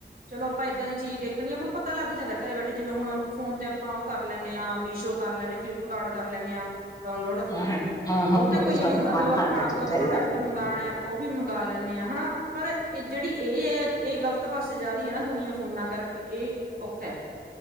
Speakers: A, on the right; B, on the left.
A: ਚਲੋ ਆਪਾਂ ਏਧਾਂ ਦੀ ਚੀਜ਼ ਦੇਖਣੀ ਏ ਓਨੂੰ ਪਤਾ ਲੱਗ ਲੱਗ ਜਾਂਦਾ। ਘਰੇ ਬੈਠੇ ਜਿਵੇਂ ਹੁਣ ਫੋਨ ਤੇ ਆਪਾਂ ਉਹ ਕਰ ਲੈਂਨੇ ਆ, ਮੀਸ਼ੋ ਕਰ ਲੈਂਨੇ ਆ, ਫਲਿੱਪ ਕਾਰਟ ਕਰ ਲੈਂਨੇ ਆ। ਡਾਊਨਲੋਡ।
B: ਹਾਂ ਹਾਂ ਹਾਂ
A: ਉਹ
B: ਉਹਨਾਂ
A: ਤੇ ਕੋਈ
B: ਨੂੰ ਸਾਰਾ
A: ਮਤਲਬ
B: ਸਮਾਨ
A: ਆਪਾਂ
B: ਘਰ ਬੈਠੇ
A: ਕੋਈ
B: ਬਿਠਾਈ
A: ਪ੍ਰੋਡਕਟ
B: ਆ ਜਾਂਦਾ
A: ਮੰਗਾਨਾ
B: ਦੇਖੋ
A: ਏ ਉਹ ਵੀ ਮੰਗਾ ਲੈਂਨੇ ਆ ਹਨਾ। ਪਰ ਏਹ ਜਿਹੜੀ ਏਹ ਏ ਏਹ ਗ਼ਲਤ ਪਾਸੇ ਜਾ ਰਹੀ ਐ ਨਾ ਦੁਨੀਆਂ ਫੋਨਾਂ ਕਰਕੇ ਇਹ ਔਖਾ ਏ।